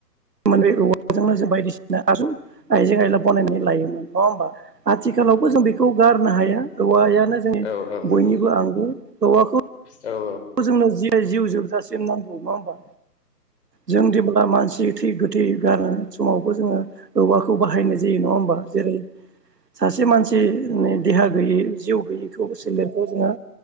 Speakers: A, on the right; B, on the left.
A: मोन बे औवाजोंनो जों बायदिसिना <unintelligible> आइजें आयला बानायनानै लायोमोन नङा होमबा आथिखाल खालावबो जों बेखौ गारनो हाया औवायानो जोंनि
B: औ नंगौ औ औ नंगौ औ नंगौ औ
A: बयनिबो
B: नंगौ औ
A: आंगो औवाखौ
B: औ
A: खौ जोंनो जि जिउ जोबजासिम नांगौ नङा होमबा? जों दिेबोब्ला मानसि थै गोथै गारनो समावबो जोङो औवाखौ बाहायनाय जायो नङा होमबा? जेरै सासे मानसिनि देहा गैयै जिउ गैयैखौ सेलेरखौ जोङो